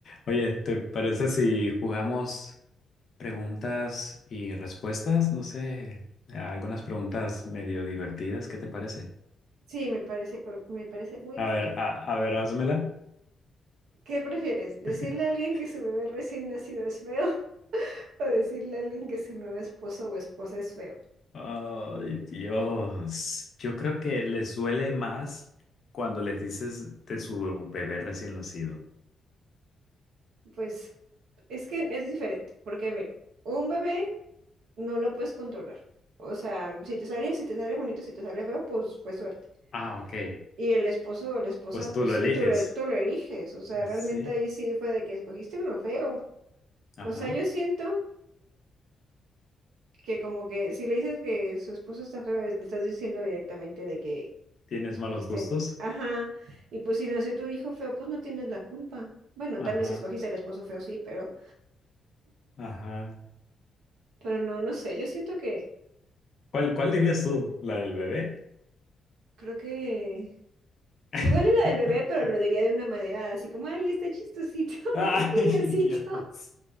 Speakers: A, on the left; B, on the right.
A: Oye, ¿te parece si jugamos preguntas y respuestas? No sé, algunas preguntas medio divertidas, ¿qué te parece?
B: Sí, me parece, cor- me parece muy
A: A
B: padre.
A: ver, a, a ver, házmela.
B: ¿Qué prefieres? ¿Decirle
A: <laughs>
B: a alguien que su bebé recién nacido es feo <laughs> o decirle a alguien que su nuevo esposo o esposa es feo?
A: Ay, Dios. Yo creo que les duele más cuando les dices de su bebé recién nacido.
B: Pues es que es diferente, porque miren, un bebé no lo puedes controlar. O sea, si te sale, si te sale bonito, si te sale feo, pues fue suerte.
A: Ah, ok.
B: Y el esposo o la esposa,
A: Pues tú
B: pues
A: lo
B: sí,
A: eliges.
B: tú lo, tú lo eliges. O sea,
A: Sí.
B: realmente ahí sí fue de que escogiste uno feo.
A: Ajá.
B: O sea, yo siento que como que si le dices que su esposo está feo, es- le estás diciendo directamente de que
A: ¿Tienes
B: escogiste,
A: malos gustos?
B: ajá, y pues si nació tu hijo feo, pues no tienes la culpa. Bueno,
A: Ajá.
B: tal vez si escogiste el esposo feo, sí, pero,
A: Ajá.
B: pero no, no sé, yo siento que,
A: ¿Cuál, cuál dirías tú? ¿La del bebé?
B: creo que,
A: <laughs>
B: igual y la del bebé, pero lo diría de una manera así como, ay, está chistosito, <laughs>
A: <laughs> Ay,
B: está curiosito,
A: Dios.